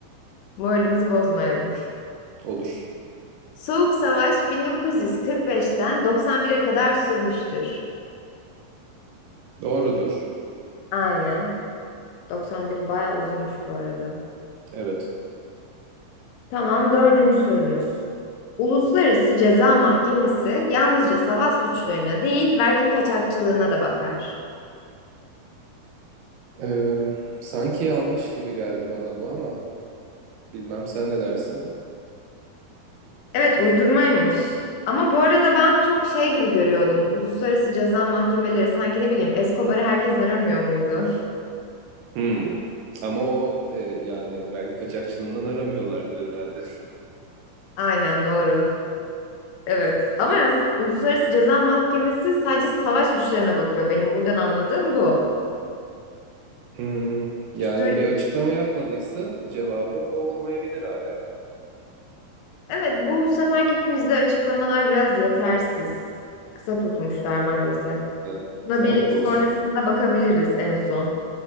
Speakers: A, on the left (about 85°); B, on the right (about 80°).
A: Moralimizi bozmayalım.
B: Olur.
A: Soğuk Savaş 1945'ten 91'e kadar sürmüştür.
B: Doğrudur.
A: Aynen. 91 bayağı uzunmuş bu arada.
B: Evet.
A: Tamam, dördüncü sorumuz. Uluslararası Ceza Mahkemesi yalnızca savaş suçlarına değil, vergi kaçakçılığına da bakar.
B: Ee, sanki yanlış gibi geldi bana bu ama bilmem sen ne dersin?
A: Evet, uydurmaymış. Ama bu arada ben çok şey gibi görüyordum. Uluslararası Ceza Mahkemeleri sanki ne bileyim Escobar'ı herkes aramıyor muydu?
B: Hmm. Ama o e, yani vergi kaçakçılığından aramıyorlardır herhalde.
A: <laughs> Aynen doğru. Evet. Ama yani Uluslararası Ceza Mahkemesi sadece savaş suçlarına bakıyor. Benim buradan anladığım bu.
B: Hmm. Yani
A: Uyuşturucu-
B: bir açıklama yapmadıysa cevabı o olmayabilir hala.
A: Evet, bu seferki quizde açıklamalar biraz yetersiz. Kısa tutmuşlar maalesef.
B: İşte,
A: Buna
B: sağlık
A: bir sonrasında
B: olsun.
A: bakabiliriz en son.